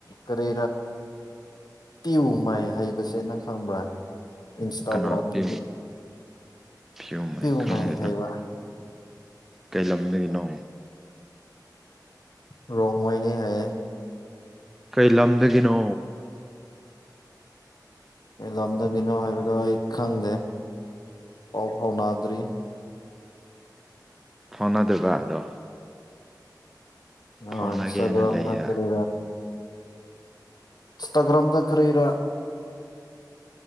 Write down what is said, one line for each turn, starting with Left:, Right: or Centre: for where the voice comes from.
Left: ꯀꯔꯤ ꯇꯤꯨ ꯃꯥꯏ ꯍꯩꯕꯁꯦ ꯅꯪ ꯈꯪꯕ꯭ꯔꯥ ꯏꯟꯁꯇꯥꯒ꯭ꯔꯥꯝꯗꯒꯤ
Centre: ꯀꯅꯥ ꯄꯣ ꯊꯣ ꯃ
Left: ꯄꯤꯌꯨ
Centre: ꯈꯪꯗꯦꯅ
Left: ꯃꯥꯏ ꯍꯩꯕ
Centre: ꯀꯩ ꯂꯝꯗꯒꯤꯅꯣ
Left: ꯔꯣꯡꯣꯏꯅꯦ ꯍꯥꯏ
Centre: ꯀꯩ ꯂꯝꯗꯒꯤꯅꯣ
Left: ꯑꯩ ꯂꯝꯗꯒꯤꯅꯣ ꯍꯥꯏꯕꯗꯣ ꯑꯩ ꯈꯪꯗꯦ ꯑꯣ ꯐꯥꯎ ꯅꯥꯗ꯭ꯔꯤ
Centre: ꯊꯥꯎꯅꯗꯕ ꯑꯗꯣ
Left: ꯑ
Centre: ꯐꯥꯎꯅꯒꯦꯅ
Left: ꯏꯟꯁꯇꯥꯒ꯭ꯔꯝ
Centre: ꯂꯩꯌꯦ
Left: ꯅ ꯀꯗ ꯏꯟꯁꯇꯥꯒ꯭ꯔꯥꯝꯗ ꯀꯔꯔ